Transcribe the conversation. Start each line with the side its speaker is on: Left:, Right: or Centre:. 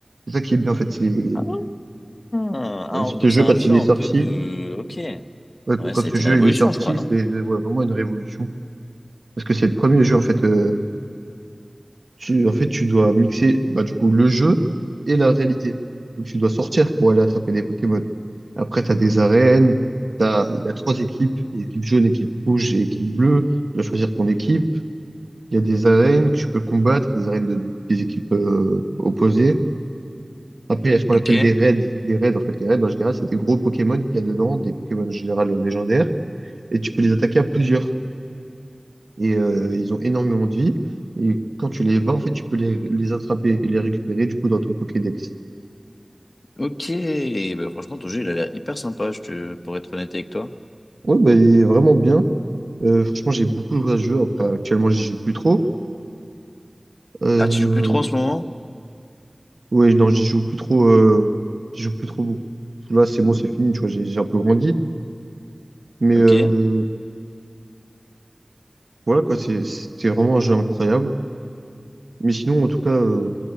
Right: C'est ça qui est bien, en fait. C'est,
Left: Ah, Ah,
Right: euh,
Left: ah, donc
Right: ce jeu,
Left: c'est un
Right: quand
Left: jeu
Right: il est
Left: un
Right: sorti,
Left: peu de... Ok.
Right: euh,
Left: Ouais,
Right: quand
Left: ça a
Right: ce
Left: été
Right: jeu
Left: une révolution,
Right: il est sorti,
Left: je crois, non?
Right: c'est euh, ouais, vraiment une révolution. Parce que c'est le premier jeu, en fait, euh, tu, en fait, tu dois mixer bah, du coup le jeu et la réalité. Donc tu dois sortir pour aller attraper des Pokémon. Après, tu as des arènes, t'as, il y a trois équipes, équipe jaune, équipe rouge et équipe bleue. Tu dois choisir ton équipe. Il y a des arènes que tu peux combattre, des arènes de, des équipes euh, opposées. Après, il y a ce qu'on appelle
Left: Ok.
Right: des raids. Des raids, en fait, les raids, en général, c'est des gros Pokémon qu'il y a dedans, des Pokémon en général euh, légendaires. Et tu peux les attaquer à plusieurs et euh, ils ont énormément de vie. Et quand tu les bats, en fait, tu peux les, les attraper et les récupérer du coup dans ton Pokédex.
Left: Ok. Bah, franchement, ton jeu, il a l'air hyper sympa, je te... pour être honnête avec toi.
Right: Ouais, bah, il est vraiment bien. Euh, franchement, j'ai beaucoup joué à ce jeu. Après, actuellement, j'y joue plus trop. Euh,
Left: Ah, tu joues plus trop en ce moment?
Right: ouais, non, j'y joue plus trop. Euh, j'y joue plus trop beaucoup. Là, c'est bon, c'est fini. Tu vois, j'ai j'ai un peu grandi. Mais euh,
Left: Ok. Moi
Right: voilà, quoi, c'est c'est vraiment un jeu incroyable. Mais sinon, en tout cas, euh,